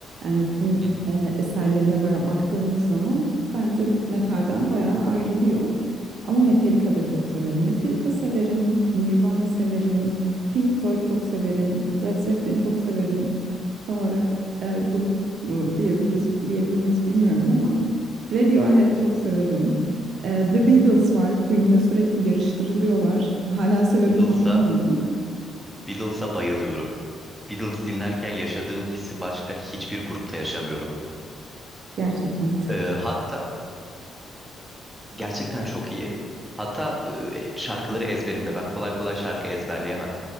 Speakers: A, on the right; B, in the centre.
A: Yani tüm
B: Hı hı.
A: eee, eserlerine bera- baktığımız zaman bence metalden bayağı ayrılıyor. Ama Metallica da çok severim. Metallica severim, Nirvana severim, Pink Floyd çok severim, Led Zeppelin çok severim. Tam olarak eee, grup mu diyebiliriz diyebilir miyiz bilmiyorum ama Radiohead çok severim. Eee, The Beatles var. Queen'le sürekli yarıştırılıyorlar. Hala sebebini
B: Beatles'a
A: anlamıyorum.
B: Beatles'a bayılıyorum. Beatles dinlerken yaşadığım hissi başka hiçbir grupta yaşamıyorum.
A: Gerçekten çok
B: E, hatta Gerçekten çok iyi. Hatta e, şarkıları ezberimde. Ben kolay kolay şarkı ezberleyemem.